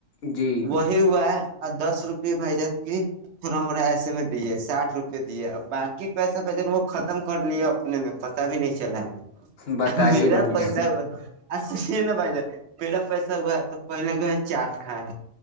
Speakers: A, on the left; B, on the right.
A: جی
B: وہی ہوا ہے اور دس روپے بھ جان کی تھوڑا موٹا ایسے میں دیے سٹھ روپے دیے باقی پیسے بھ جن وہ ختم کر لیے اپنے میں پتا بھی نہیں چلا ہم
A: بتائیے
B: میرا
A: بھائی
B: پیسہ
A: جان
B: ج نا بائ جے میرا پیسہ ہوا ہے تو پہلے جو ہے چاٹ کھائے